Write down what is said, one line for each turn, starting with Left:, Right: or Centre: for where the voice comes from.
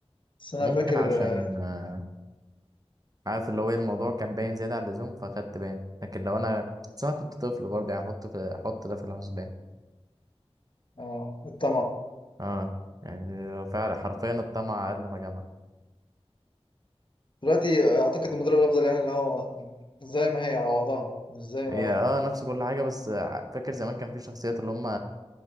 Left: بس انا
Right: فممكن
Left: فاكر
Right: عشان
Left: اه
Right: آه، عارف اللي هو ايه الموضوع كان باين زياده عن اللزوم فخدت باين لكن لو انا بس انا كنت طفل برضه يعني احط في احط ده في الحسبان
Left: آه، الطمع
Right: اه يعني فعلا حرفيا الطمع اقل ما جمع
Left: دلوقتي اعتقد المدرب الافضل يعني اللي هو زي ما هي على وضعها مش زي
Right: هي
Left: ما
Right: اه نفس كل حاجه بس ع- فاكر زمان كان في شخصيات اللي هم